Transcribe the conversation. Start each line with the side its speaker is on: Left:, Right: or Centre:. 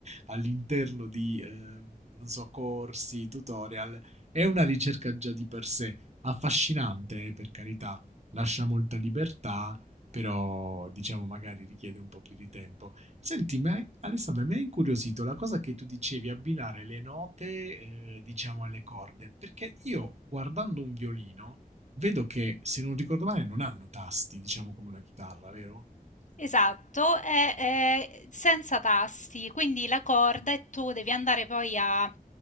Right: all'interno di, eh, non so, corsi, tutorial, è una ricerca già di per sé affascinante, eh, per carità, lascia molta libertà, però diciamo magari richiede un po' più di tempo. Senti, ma Alessandra, mi ha incuriosito la cosa che tu dicevi, abbinare le note, eh, diciamo, alle corde, perché io guardando un violino vedo che, se non ricordo male, non hanno tasti, diciamo, come una chitarra, vero?
Left: Esatto, è, è senza tasti, quindi la corda e tu devi andare poi a,